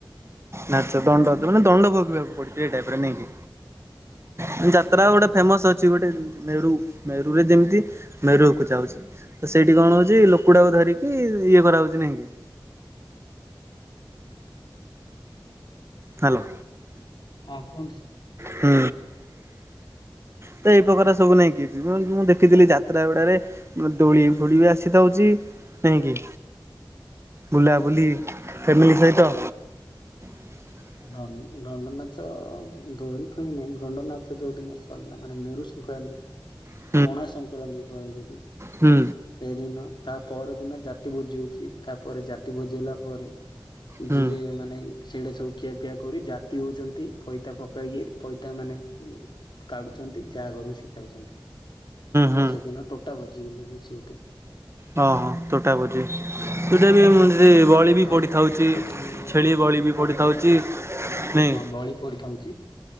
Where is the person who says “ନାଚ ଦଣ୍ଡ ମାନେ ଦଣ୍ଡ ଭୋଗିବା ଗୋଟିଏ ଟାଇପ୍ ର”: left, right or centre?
Right